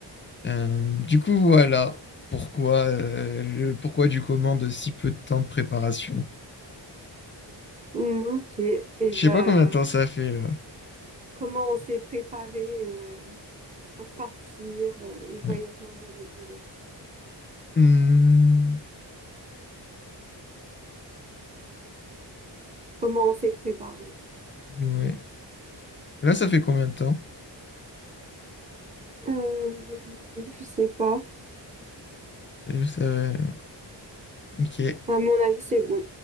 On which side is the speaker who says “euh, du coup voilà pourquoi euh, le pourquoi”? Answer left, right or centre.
Left